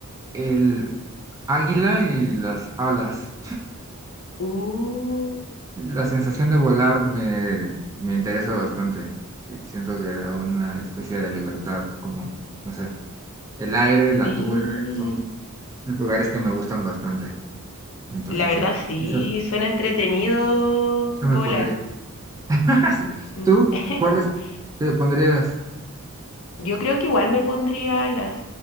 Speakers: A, on the right; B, on the left.
A: el águila y las alas.
B: Uh,
A: La sensación de volar me, me interesa bastante. y Siento que da una especie de libertad, como, no sé, el aire, la
B: sí.
A: altura, son lugares que me gustan bastante. Entonces,
B: La verdad
A: sí,
B: sí,
A: eso,
B: suena entretenido
A: eso
B: volar.
A: me pondría. <laughs> Sí.
B: Mm.
A: ¿Tú
B: <laughs>
A: cuáles te pondrías?
B: Yo creo que igual me pondría alas,